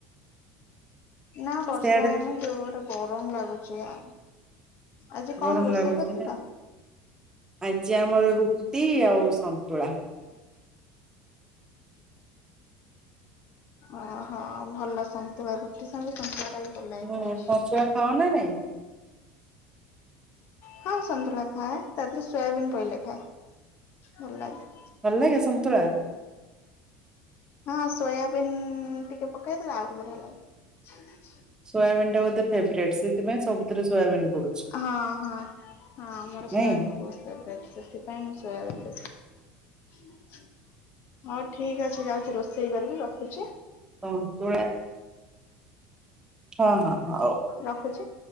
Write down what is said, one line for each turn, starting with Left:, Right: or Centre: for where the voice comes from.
Left: ନା ବର୍ଷା
Right: ସେଆଡେ
Left: ହଉନି ଜୋରରେ ଗରମ ଲାଗୁଚି। ଆ ଆଜି
Right: ଗରମ
Left: କଣ ରୋଷେଇ
Right: ଲାଗୁଛି
Left: କରିଥିଲ?
Right: ନାଇଁ ଆଜି ଆମର ରୁଟି ଆଉ ସନ୍ତୁଳା।
Left: ଓହୋ! ଭଲ ସନ୍ତୁଳା ରୁଟି ସାଙ୍ଗେ ସନ୍ତୁଳା ଟା ବି ଭଲ ଲାଗେ
Right: ହୁଁ
Left: ଖାଇବାକୁ।
Right: ସନ୍ତୁଳା ଖାଅ ନା ନାଇଁ
Left: ହଁ ସନ୍ତୁଳା ଖାଏ। ତା ଦେହରେ ସୋୟାବିନ୍ ପଇଲେ ଖାଏ। ଭଲ ଲାଗେ।
Right: ଭଲ ଲାଗେ ସନ୍ତୁଳା?
Left: ହଁ ସୋୟାବିିନ ଟିକେ ପକେଇଦେଲେ ଆହୁରି ବଢିଆ ଲାଗେ।
Right: ସୋୟାବିନ୍ ଟା ବୋଧେ ଫେବରେଟ୍ ସେଥିପାଇଁ ସବୁଥିରେ ସୋୟାବିନ୍ ପଡୁଛି।
Left: ହଁ ହଁ। ହଁ ଆମର ସୋୟାବିନ
Right: ନାଇଁ
Left: ବହୁତ୍ ଫେବ ସେଥିପାଇଁ ମୁଁ ସୋୟାବିନ୍ ବେଶୀ ହଉ ଠିକ ଅଛି। ଯାଉଛି ରୋଷେଇ କରିବି। ରଖୁଛି।
Right: ହଉ ତୁଲେ ହଁ ହଁ। ହଉ
Left: ରଖୁଛି।